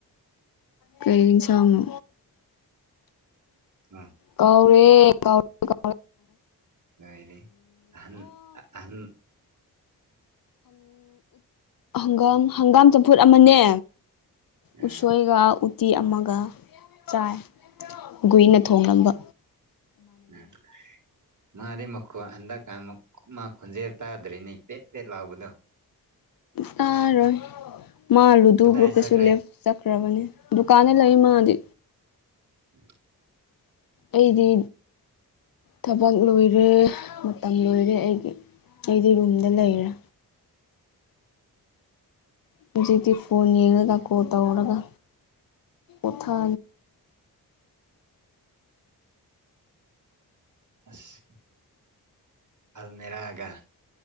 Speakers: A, on the left; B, on the right.
A: ꯀꯩ ꯆꯥꯎꯃ
B: ꯑꯥ
A: ꯀꯧꯔꯦ ꯀꯥꯎ ꯀ
B: ꯌꯥꯔꯦ ꯑꯍꯟ ꯑꯍꯟ
A: ꯪꯒꯥꯝ ꯍꯪꯒꯥꯝ ꯆꯝꯐꯨꯠ ꯑꯃꯅꯦ
B: ꯑ
A: ꯎꯁꯣꯏꯒ ꯇꯤ ꯑꯃꯒ ꯆꯥꯏ ꯒꯨꯏꯅ ꯊꯣꯡꯂꯕ
B: ꯎꯝ ꯃꯥꯗꯤ ꯃꯈꯣꯠ ꯍꯟꯗꯛꯀꯥꯟ ꯃꯥ ꯈꯣꯟꯖꯦꯜ ꯇꯥꯗ꯭ꯔꯤꯅꯤ ꯄꯦꯠ ꯄꯦꯠ ꯂꯥꯎꯕꯗꯣ
A: ꯇꯔꯣꯏ ꯃꯥ ꯂꯨꯗꯨ
B: ꯀꯗꯥꯏ
A: ꯒ꯭ꯔꯨꯞꯀꯁꯨ
B: ꯆꯠꯈ꯭ꯔꯦ
A: ꯂꯦꯞ ꯆꯠꯈ꯭ꯔꯕꯅꯦ ꯗꯨꯀꯥꯟꯗ ꯂꯩ ꯃꯥꯗꯤ
B: ꯎꯝ
A: ꯑꯩꯗꯤ ꯊꯕꯛ ꯂꯣꯏꯔꯦ ꯃꯇꯝ ꯂꯣꯏꯔꯦ ꯑꯩꯒꯤ ꯔꯨꯝꯗ ꯂꯩꯔꯥ
B: ꯎꯝ
A: ꯍꯧꯖꯤꯗꯤ ꯐꯣꯟ ꯌꯦꯡꯂꯡꯉꯒ ꯀꯣꯜ ꯇꯧꯔꯒ ꯎꯊꯥ
B: ꯑꯁ ꯑꯜꯃꯦꯔꯥꯒ